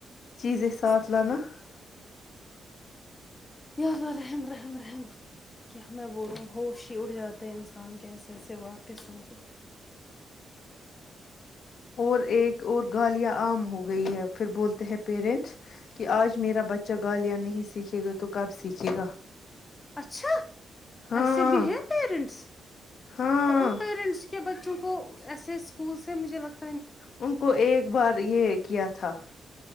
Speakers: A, on the left; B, on the left.
A: چیز ساتھ
B: استغفر
A: لانا
B: اللہ یا الله رحم رحم رحم کیا میں بولوں ہوش ہی اڑ جاتے ہیں انسان کے ایسے ایسے واقع سن کے
A: اور ایک اور گالیاں عام ہو گئی ہے پھر بولتے ہیں پیرنٹس کہ آج میرا بچہ گالیاں نہیں سیکھے گا تو کب سیکھے گا
B: اچھا
A: ہاں
B: ایسے بھی ہیں پیرنٹس
A: ہاں
B: تو ان پ کے بچوں کو ایسے اسکول سے مجھے لگ
A: ان کو ایک بار یہ کیا تھا